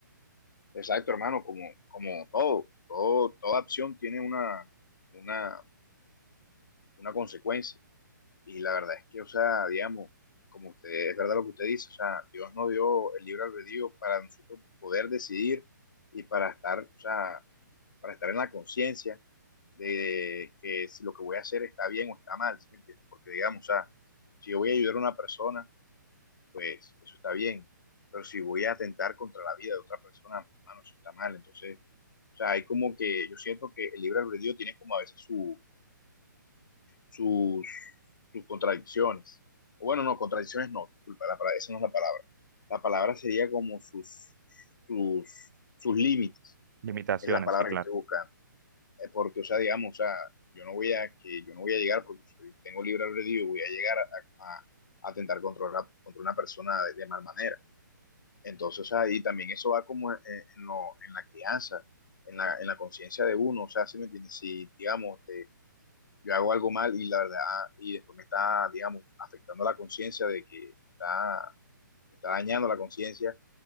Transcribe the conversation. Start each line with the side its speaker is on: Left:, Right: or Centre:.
Left: Exacto, hermano, como, como todo, todo, toda acción tiene una, una, una consecuencia. Y la verdad es que, o sea, digamos, como usted, es verdad lo que usted dice, o sea, Dios nos dio el libre albedrío para nosotros poder decidir y para estar, o sea, para estar en la conciencia de que si lo que voy a hacer está bien o está mal, ¿sí me entiendes? Porque digamos, o sea, si yo voy a ayudar a una persona, pues eso está bien, pero si voy a atentar contra la vida de otra persona, hermano, eso está mal. Entonces, o sea, hay como que yo siento que el libre albedrío tiene como a veces su, sus, sus contradicciones. O bueno, no, contradicciones no, disculpa, la, palabra- esa no es la palabra. La palabra sería como sus, sus, sus límites,
Right: Limitaciones,
Left: es la palabra
Right: sí, claro.
Left: que estoy buscando. eh, porque, o sea, digamos, o sea, yo no voy a, que yo no voy a llegar porque soy, tengo libre albedrío, y voy a llegar a, a, a tentar controlar contra una persona de, de, mal manera. Entonces, o sea, y también eso va como en, en, lo, en la crianza, en la, en la conciencia de uno, o sea, si ¿sí me entiendes? Si, digamos, te, yo hago algo mal y la verdad, ah, y después me está, digamos, afectando la conciencia de que me está, me está dañando la conciencia,